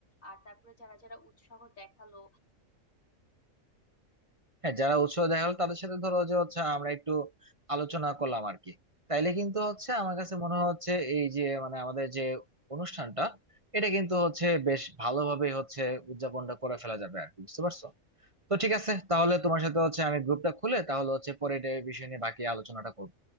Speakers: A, on the left; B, on the right.
A: আর তারপরে যারা যারা উৎসাহ দেখালো
B: হ্যাঁ যারা উৎসাহ দেখা হলো তাদের সাথে ধরো যে হচ্ছে আমরা একটু আলোচনা করলাম আর কি তাইলে কিন্তু হচ্ছে আমার কাছে মনে হচ্ছে এই যে মানে আমাদের যে অনুষ্ঠানটা এটা কিন্তু হচ্ছে বেশ ভালোভাবে হচ্ছে উদযাপনটা করে ফেলা যাবে আর কি বুঝতে পারছো তো ঠিক আছে তাহলে তোমার সাথে হচ্ছে আমি গ্রুপটা খুলে তাহলে হচ্ছে পরে এটা এই বিষয় নিয়ে বাকি আলোচনাটা করবো